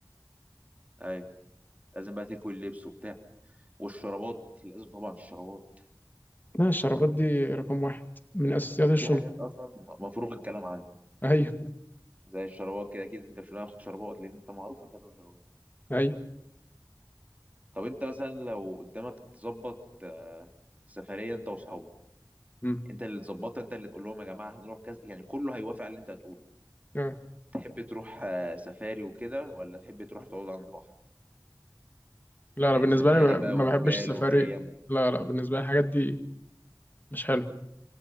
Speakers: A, on the right; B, on the left.
A: ايوه لازم بقى تكوي اللبس وبتاع والشرابات لازم طبعا الشرابات
B: لا الشرابات دي رقم واحد من أساسيات الشنط
A: في حاجات اصلا م- مفروغ الكلام عنها
B: أيوه
A: زي الشرابات كده اكيد انت مش هتاخد شرابات لان انت معروف انت هتاخد شرابات
B: أيوه
A: طب انت مثلا لو قدامك تظبط آه، سفرية انت واصحابك
B: مم.
A: انت اللي تظبطها انت اللي تقول لهم يا جماعة هنروح كذا يعني كله هيوافق على اللي انت هتقوله
B: آه.
A: تحب تروح آه، سفاري وكده ولا تحب تروح تقعد عند بحر
B: لا أنا
A: يعني
B: بالنسبة
A: سفاري
B: لي ما
A: بقى
B: ما
A: وجبال
B: بحبش السفاري
A: وخيم
B: لا لا بالنسبة لي الحاجات دي مش حلو